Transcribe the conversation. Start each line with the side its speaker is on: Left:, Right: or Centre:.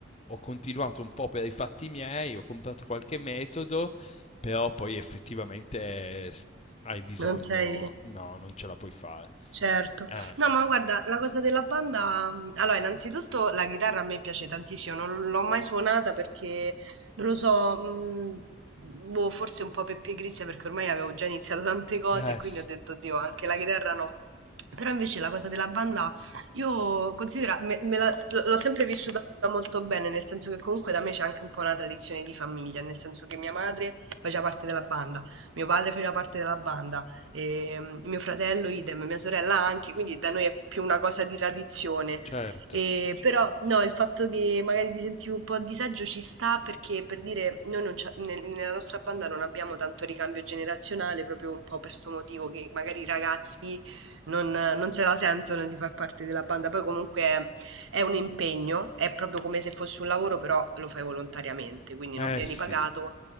Left: ho continuato un po' per i fatti miei, ho comprato qualche metodo, però poi effettivamente eh, s- hai bisogno,
Right: Non sei...
Left: no, non ce la puoi fare.
Right: Certo.
Left: Eh,
Right: No, ma guarda, la cosa della banda, mm, allora, innanzitutto la chitarra a me piace tantissimo, non l'ho mai suonata perché, non lo so, mm, boh, forse un po' per pigrizia perché ormai avevo già iniziato <laughs> tante cose
Left: eh
Right: e quindi
Left: sì,
Right: ho detto, Dio, anche la chitarra no. Però invece la cosa della banda, io considero, me, me la- l- l'ho sempre vissuta molto bene, nel senso che comunque da me c'è anche un po' una tradizione di famiglia, nel senso che mia madre faceva parte della banda, mio padre faceva parte della banda e mm, mio fratello idem, mia sorella anche, quindi da noi è più una cosa di tradizione.
Left: certo,
Right: E, però no, il fatto che magari ti sentivo un po' a disagio ci sta perché per dire noi non c'ha- nel- nella nostra banda non abbiamo tanto ricambio generazionale, proprio un po' per questo motivo che magari i ragazzi non, non se la sentono di far parte della banda, poi comunque è, è un impegno, è proprio come se fosse un lavoro, però lo fai volontariamente, quindi
Left: eh
Right: non vieni
Left: sì,
Right: pagato